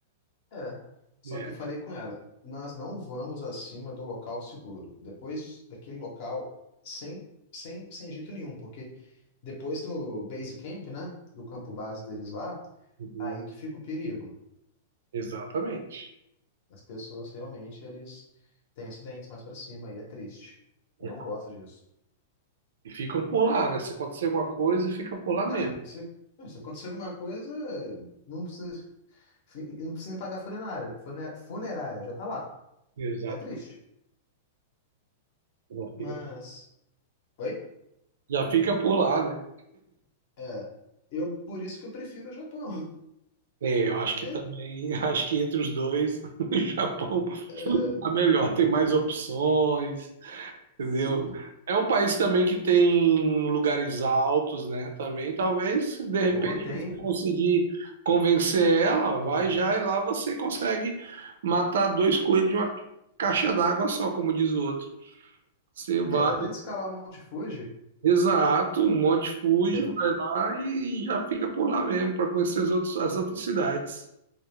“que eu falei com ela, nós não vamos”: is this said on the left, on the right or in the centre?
Left